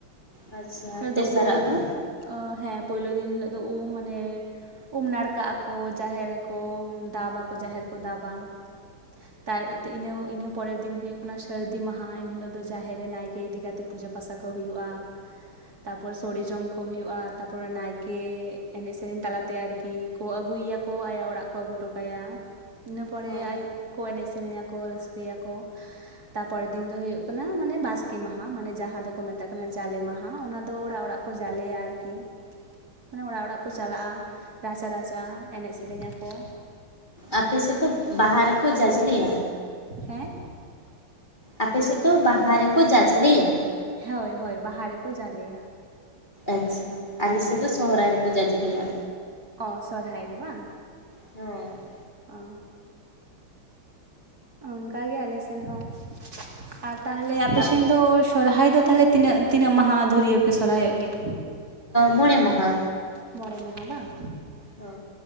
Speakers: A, on the left (about 20°); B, on the right (about 45°).
A: ᱟᱪᱪᱷᱟ
B: ᱫᱚ
A: ᱛᱮᱥᱟᱨᱟᱜ
B: ᱩᱢ
A: ᱫᱚ
B: ᱦᱮᱸ ᱯᱳᱭᱞᱳ ᱫᱤᱱ ᱦᱤᱞᱳᱜ ᱫᱚ ᱩᱢ ᱢᱟᱱᱮ ᱩᱢ ᱱᱟᱲᱠᱟᱜ ᱟᱠᱚ ᱡᱟᱦᱮᱨ ᱨᱮᱠᱚ ᱫᱟᱵᱟ ᱟᱠᱚ ᱡᱟᱦᱮᱨ ᱠᱚ ᱫᱟᱵᱟ ᱛᱟᱭ ᱤᱱᱟᱹ ᱤᱱᱟᱹ ᱯᱚᱨᱮᱨ ᱫᱤᱱ ᱦᱩᱭᱩᱜ ᱠᱟᱱᱟ ᱥᱟᱹᱨᱫᱤ ᱢᱟᱦᱟ ᱮᱱ ᱦᱤᱞᱳᱜ ᱫᱚ ᱡᱟᱦᱮᱨ ᱨᱮ ᱱᱟᱭᱠᱮ ᱤᱫᱤ ᱠᱟᱛᱮ ᱛᱮ ᱯᱩᱡᱟᱹ ᱯᱟᱥᱟ ᱠᱚ ᱦᱩᱭᱩᱜᱼᱟ ᱛᱟᱨᱯᱚᱨ ᱥᱚᱲᱮ ᱡᱚᱢ ᱠᱚ ᱦᱩᱭᱩᱜᱼᱟ ᱛᱟᱨᱯᱚᱨ ᱱᱟᱭᱠᱮ ᱮᱱᱮᱡ ᱥᱮᱨᱮᱧ ᱛᱟᱞᱟᱛᱮ ᱟᱨᱠᱤ ᱠᱤ ᱠᱚ ᱟᱹᱜᱩᱭᱮᱭᱟ ᱠᱚ ᱟᱭᱟᱜ ᱚᱲᱟᱜ ᱠᱚ ᱟᱹᱜᱩ ᱦᱚᱴᱚ ᱠᱟᱭᱟ ᱤᱱᱟᱹ ᱯᱚᱨᱮ
A: ᱦᱮᱸ
B: ᱟᱹᱭᱩᱵ ᱠᱚ ᱮᱱᱮᱡ ᱥᱮᱨᱮᱧᱟ ᱠᱚ ᱨᱟᱹᱥᱠᱟᱹᱭᱟᱠᱚ ᱛᱟᱨᱯᱚᱨᱮᱨ ᱫᱤᱱ ᱫᱚ ᱦᱩᱭᱩᱜ ᱠᱟᱱᱟ ᱢᱟᱱᱮ ᱵᱟᱥᱠᱮ ᱢᱟᱦᱟ ᱢᱟᱱᱮ ᱡᱟᱦᱟᱸ ᱫᱚᱠᱚ ᱢᱮᱛᱟᱜ ᱠᱟᱱᱟ ᱡᱟᱞᱮ ᱢᱟᱦᱟ ᱚᱱᱟ ᱛᱚ ᱚᱲᱟᱜ ᱚᱲᱟᱜ ᱠᱚ ᱡᱟᱞᱮᱭᱟ ᱟᱨᱠᱤ ᱢᱟᱱᱮ ᱚᱲᱟᱜ ᱚᱲᱟᱜ ᱠᱚ ᱠᱚ ᱪᱟᱞᱟᱜᱼᱟ
A: ᱟᱪᱪᱷᱟ
B: ᱨᱟᱪᱟᱼ ᱨᱟᱪᱟ ᱮᱱᱮᱡ ᱥᱮᱨᱮᱧ ᱟᱠᱚ
A: ᱟᱯᱮᱥᱮᱫ ᱫᱚ ᱵᱟᱦᱟ ᱨᱮᱠᱚ ᱡᱟᱡᱽᱞᱮᱭᱟ
B: ᱦᱮᱸ
A: ᱟᱯᱮᱥᱮᱫ ᱫᱚ ᱵᱟᱦᱟ ᱨᱮᱠᱚ ᱡᱟᱡᱽᱞᱮᱭᱟ
B: ᱦᱳᱭ ᱦᱳᱭ ᱵᱟᱦᱟ ᱨᱮᱠᱚ ᱡᱟᱞᱮᱭᱟ
A: ᱟᱪᱪᱷᱟ ᱟᱞᱮ ᱥᱮᱫ ᱫᱚ ᱥᱚᱦᱚᱨᱟᱭ ᱨᱮᱠᱚ ᱡᱟᱡᱽᱞᱮᱭᱟ
B: ᱚ ᱥᱚᱦᱚᱨᱟᱭ ᱨᱮ ᱵᱟᱝ
A: ᱦᱮᱸ
B: ᱟᱨ ᱚᱱᱠᱟᱜᱤ ᱟᱞᱮ ᱥᱮᱱ ᱦᱚᱸ, ᱟᱨ ᱛᱟᱦᱚᱞᱮ ᱟᱯᱮ
A: ᱵᱟ
B: ᱥᱮᱱ ᱫᱚ ᱳᱭ ᱥᱚᱨᱦᱟᱭ ᱫᱚ ᱛᱟᱦᱚᱞᱮ ᱛᱤᱱᱟᱹᱜ-ᱛᱤᱱᱟᱹᱜ ᱢᱟᱦᱟ ᱫᱷᱩᱨᱭᱟᱹ ᱯᱮ ᱥᱚᱨᱦᱟᱭᱚᱜ ᱜᱮᱭᱟ?
A: ᱢᱚᱬᱮ ᱢᱟᱦᱟ
B: ᱢᱚᱬᱮ ᱢᱟᱦᱟ ᱵᱟᱝ
A: ᱦᱚ